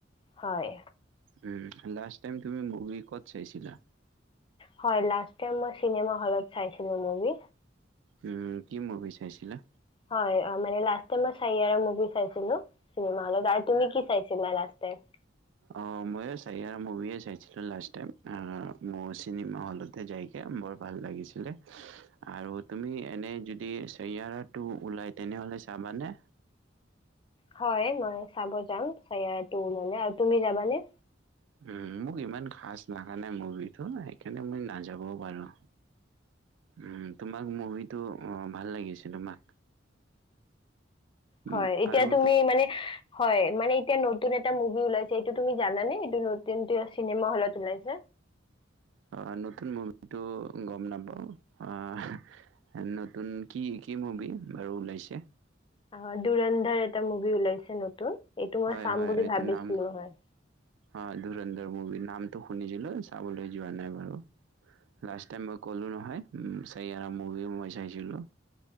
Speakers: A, on the left (about 25°); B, on the right (about 75°).
A: হয়
B: উম লাষ্ট টাইম তুমি মুভি কত চাইছিলা?
A: হয় লাষ্ট টাইম মই চিনেমা হলত চাইছিলো মুভি
B: উম কি মুভি চাইছিলা
A: হয় মানে লাষ্ট টাইম মই চাইয়াৰা মুভি চাইছিলো চিনেমা হলত আৰু তুমি কি চাইছিলা লাষ্ট টাইম
B: আহ মইয়ো চাইয়াৰা মুভিয়ে চাইছিলো লাষ্ট টাইম, মোৰ চিনেমা হলতে যাইকে বৰ ভাল লাগিছিলে আৰু তুমি এনে যদি চাইয়াৰা টু ওলাই তেনেহলে চাবানে
A: হয় মই চাব যাম <inaudible> <inaudible> আৰু তুমি যাবানে
B: উম মোক ইমান খাছ লাগা নাই মুভিটো সেইকাৰণে মই নাযাবও পাৰো উম তোমাক মুভিটো ভাল লাগিছে তোমাক উম,
A: হয় এতিয়া
B: আৰু
A: তুমি মানে হয় মানে এতিয়া নতুন এটা মুভি ওলাইছে এইটো তুমি জানানে এইটো নতুন চিনেমা হলত ওলাইছে
B: আহ নতুন মুভিটো গম নাপাও আহ নতুন কি কি মুভি বাৰু ওলাইছে
A: অ ধুৰন্ধৰ এটা মুভি ওলাইছে নতুন এইটো মই
B: হয়
A: চাম
B: হয়
A: বুলি
B: এইটো
A: ভাবিছিলো
B: নাম
A: হয়
B: অ ধুৰন্ধৰ মুভি নামটো শুনিছিলোঁ চাবলৈ যোৱা নাই বাৰু, লাষ্ট টাইম মই কলোঁ নহয় উম চাইয়াৰা মুভি মই চাইছিলোঁ,